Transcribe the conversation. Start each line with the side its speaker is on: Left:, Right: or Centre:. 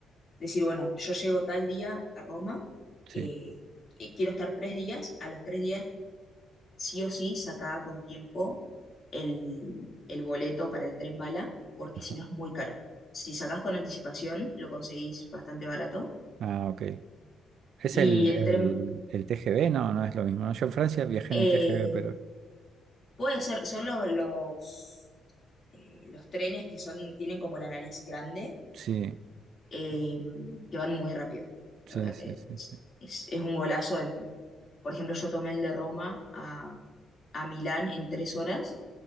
Left: decir, bueno, yo llego tal día a Roma,
Right: Sí.
Left: eh, y quiero estar tres días, a los tres días sí o sí sacá con tiempo el, el boleto para el tren bala, porque
Right: ajá.
Left: si no es muy caro. Si sacás con anticipación, lo conseguís bastante barato.
Right: Ah, ok. Es
Left: Y
Right: el,
Left: el
Right: el,
Left: tren,
Right: el TGV, no, no es lo mismo. ¿no? Yo en Francia viajé
Left: eh,
Right: en el TGV, pero
Left: Puede ser, son lo- los, eh, los trenes que son, tienen como la nariz grande,
Right: sí.
Left: eh, que van muy rápido.
Right: Sí,
Left: La verdad
Right: sí,
Left: que
Right: sí.
Left: es, es un golazo. en- por ejemplo, yo tomé el de Roma a, a Milán en tres horas